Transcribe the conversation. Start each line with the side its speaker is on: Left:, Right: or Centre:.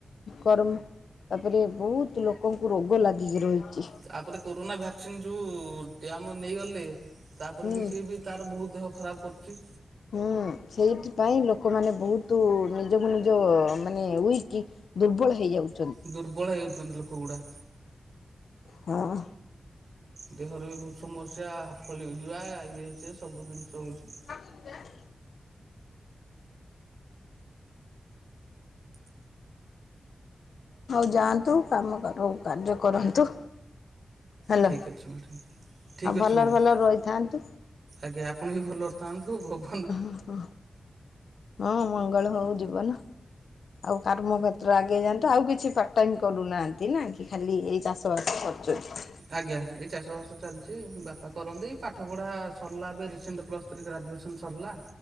Left: କରମ ତାପରେ ବହୁତ ଲୋକଙ୍କୁ ରୋଗ ଲାଗିକି ରହିଚି।
Right: ତାପରେ କୋରୋନା ଭ୍ୟାକ୍ସିନ୍ ଯେଉଁ ଟି ଆମ ନେଇଗଲେ ତାପରେ
Left: ହୁଁ
Right: ବି ସିଏ ବି ତାର ବହୁତ ଦେହ ଖରାପ କରୁଛି।
Left: ହୁଁ ସେଇଥିପାଇଁ ଲୋକମାନେ ବହୁତ ନିଜକୁ ନିଜ ମାନେ ଉଇକି ଦୁର୍ବଳ ହେଇଯାଉ
Right: ଦୁର୍ବଳ ହେଉଛନ୍ତି ଲୋକଗୁଡ଼ା।
Left: ହଁ।
Right: ଦେହର ବି ବହୁତ ସମସ୍ୟା ଫଳି ଯିବା ଇଏ ସିଏ ସବୁ ଜିନିଷ ହଉଛି।
Left: <unintelligible> ହଉ ଯାଆନ୍ତୁ କାମ କର କାର୍ଯ୍ୟ କରନ୍ତୁ। ହ୍ୟାଲୋ
Right: ଠିକ୍ ଅଛି ମ୍ୟାଡ଼ାମ୍ ଠିକ୍
Left: ଆଉ
Right: ଅଛି
Left: ଭଲରେ
Right: ମ୍ୟାଡ଼ାମ୍
Left: ଭଲରେ ରହିଥାନ୍ତୁ।
Right: ଆଜ୍ଞା ଆପଣ ବିି ଭଲରେ ଥାନ୍ତୁ ଭଗ
Left: ହ ହ ହଁ ମଙ୍ଗଳ ହଉ ଯିବନ। ଆଉ କାର୍ମଯେତ୍ର ଆଗେଇ ଯାଆନ୍ତୁ ଆଉ କିଛି ପାର୍ଟ ଟାଇମ କରୁନାହାଁନ୍ତି ନା କି ଖାଲି ଏଇ ଚାଷ ଶ ବାସ କରୁଛନ୍ତି।
Right: ଆଜ୍ଞା ଏଇ ଚାଷ ବାସ ଚାଲିଛି ବାପା କରନ୍ତି ପାଠ ପଢା ସରିଲା ଏବେ ରିସେଣ୍ଟ ପ୍ଲସ୍ ସରି ଗ୍ରାଜୁଏସନ୍ ସରିଲା।